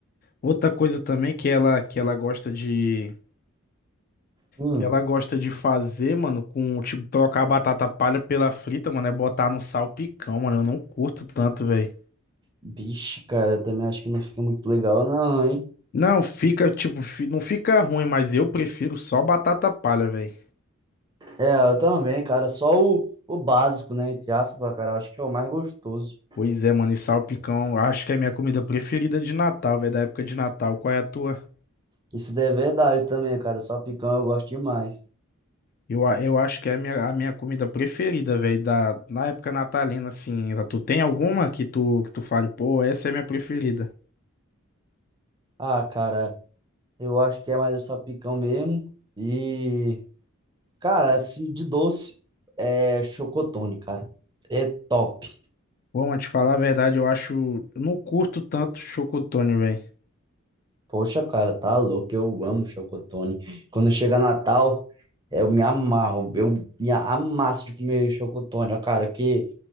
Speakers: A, on the left; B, on the right.
A: Outra coisa também que ela, que ela gosta de.
B: Hum,
A: que Ela gosta de fazer, mano, com, tipo, trocar a batata palha pela frita, mano, é botar no salpicão, mano. Eu não curto tanto, velho.
B: vixe, cara, eu também acho que não fica muito legal não, hein?
A: Não, fica, tipo, fi- não fica ruim, mas eu prefiro só batata palha, velho.
B: É, eu também, cara, só o, o básico, né, entre aspas, cara, eu acho que é o mais gostoso.
A: Pois é, mano, e salpicão, acho que é a minha comida preferida de Natal, velho, da época de Natal. Qual é a tua?
B: Isso daí é verdade também, cara, só picão eu gosto demais.
A: Eu, a- eu acho que é a minha, a minha comida preferida, velho, da, na época natalina, assim. Tu tem alguma que tu, que tu fale, pô, essa é minha preferida?
B: Ah, cara, eu acho que é mais só picão mesmo e, cara, assim, de doce é chocotone, cara. É top.
A: Pô, mas te falar a verdade, eu acho. Eu não curto tanto chocotone, velho.
B: Poxa, cara, tá louco, eu amo chocotone. Quando chega Natal, eu me amarro, eu me amasso de comer chocotone, ó, cara, que